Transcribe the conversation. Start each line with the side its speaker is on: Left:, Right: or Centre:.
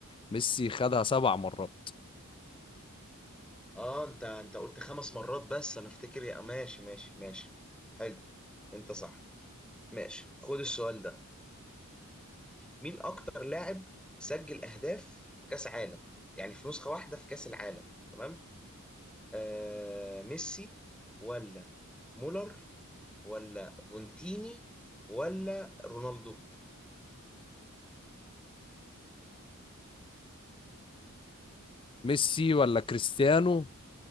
Left: ميسي خدها سبع مرات
Centre: اه انت انت قلت خمس مرات بس انا افتكر يا ماشي ماشي ماشي حلو انت صح ماشي خد السؤال ده مين اكتر لاعب سجل اهداف في كاس عالم يعني في نسخة واحدة في كاس العالم تمام آه ميسي ولا مولر ولا فونتيني ولا رونالدو
Left: ميسي ولا كريستيانو